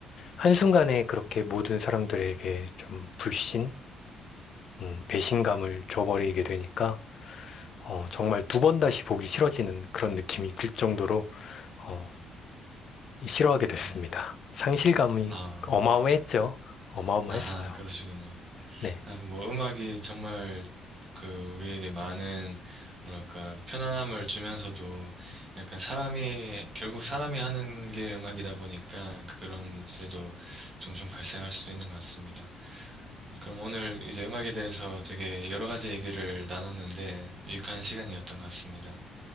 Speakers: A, on the left; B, on the right.
A: 한순간에 그렇게 모든 사람들에게 좀 불신, 음, 배신감을 줘버리게 되니까, 어, 정말 두 번 다시 보기 싫어지는 그런 느낌이 들 정도로, 어, 싫어하게 됐습니다.
B: 음,
A: 상실감이
B: 아,
A: 어마어마했죠. 어마어마했어요.
B: 아하, 그러시군요.
A: 네.
B: 아, 뭐 음악이 정말 그 우리에게 많은 뭐랄까 편안함을 주면서도 약간 사람이 결국 사람이 하는 게 음악이다 보니까 그런 문제도 종종 발생할 수도 있는 것 같습니다. 네, 그럼 오늘 이제 음악에 대해서 되게 여러 가지 얘기를 나눴는데 유익한 시간이었던 것 같습니다.